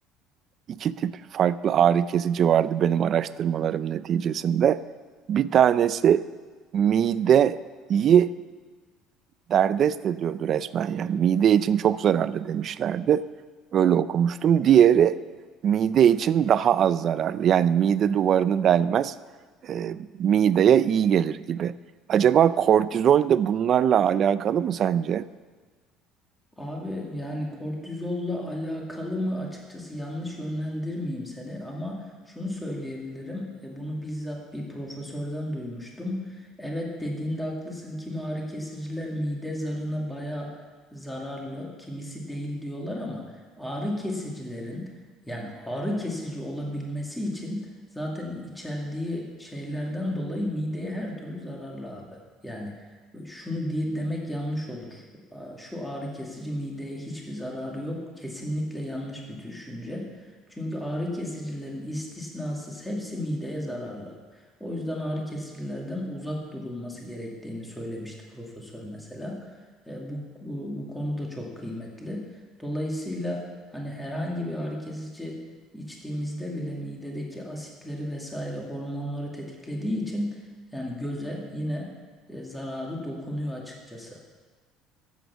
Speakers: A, on the right; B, in the centre.
A: iki tip farklı ağrı kesici vardı benim araştırmalarım neticesinde. Bir tanesi mideyi derdest ediyordu resmen yani. Mide için çok zararlı demişlerdi. Öyle okumuştum. Diğeri mide için daha az zararlı. Yani mide duvarını delmez, e, mideye iyi gelir gibi. Acaba kortizol de bunlarla alakalı mı sence?
B: Abi yani kortizolla alakalı mı açıkçası yanlış yönlendirmeyeyim seni ama şunu söyleyebilirim. E, Bunu bizzat bir profesörden duymuştum. Evet dediğinde haklısın. Kimi ağrı kesiciler mide zarına baya zararlı, kimisi değil diyorlar ama ağrı kesicilerin yani ağrı kesici olabilmesi için zaten içerdiği şeylerden dolayı mideye her türlü zararlı abi. Yani şunu diye, demek yanlış olur. Aa, Şu ağrı kesici mideye hiçbir zararı yok. Kesinlikle yanlış bir düşünce. Çünkü ağrı kesicilerin istisnasız hepsi mideye zararlı. O yüzden ağrı kesicilerden uzak durulması gerektiğini söylemişti profesör mesela. E, bu, bu, bu konu da çok kıymetli. Dolayısıyla hani herhangi bir ağrı kesici içtiğimizde bile midedeki asitleri vesaire hormonları tetiklediği için yani göze yine e, zararı dokunuyor açıkçası.